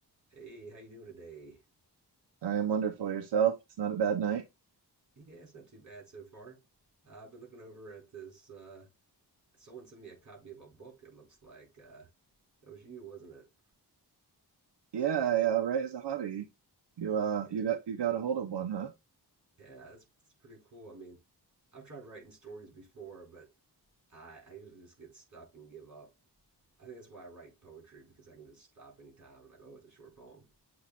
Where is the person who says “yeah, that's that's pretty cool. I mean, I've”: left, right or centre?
Right